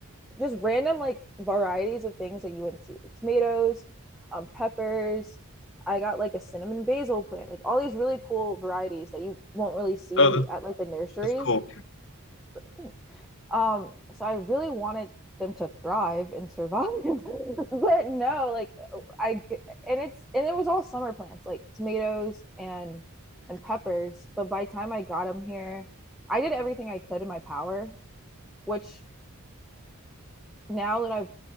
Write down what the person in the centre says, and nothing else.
just random like varieties of things that you wouldn't see, like tomatoes, um, peppers. I got like a cinnamon basil plant, like all these really cool varieties that you won't really see
at like the nursery
things. Um, so I really wanted them to thrive and survive, <laughs> but no, like uh, I and it's and it was all summer plants like tomatoes and and peppers. But by the time I got them here, I did everything I could in my power. Which now that I've